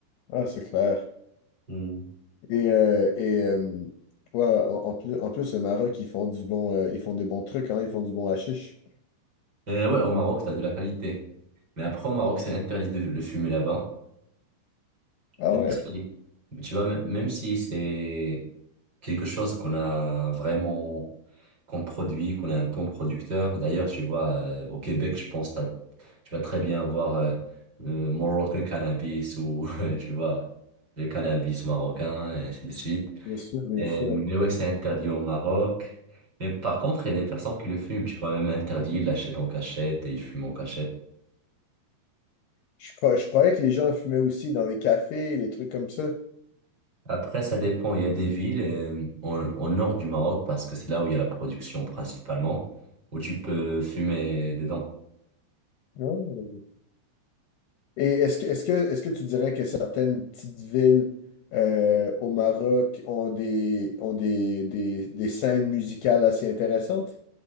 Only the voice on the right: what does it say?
Hmm.
Et ouais, au Maroc, t'as de la qualité. Mais après, au Maroc, c'est interdit de le fumer là-bas.
Même
si- tu vois, même même si c'est quelque chose qu'on a vraiment, qu'on produit, qu'on est un bon producteur. D'ailleurs, tu vois, euh, au Québec, je pense que t'as- tu vas très bien voir euh, le Moroccan cannabis ou, <laughs> tu vois, le cannabis marocain et ainsi de suite.
Et-
mais ouais, c'est interdit au Maroc. Mais par contre, il y a des personnes qui le fument. Tu vois, même interdit, ils l'achètent en cachette et ils fument en cachette.
Après, ça dépend. Il y a des villes euh, au, au nord du Maroc parce que c'est là où il y a la production principalement, où tu peux fumer dedans.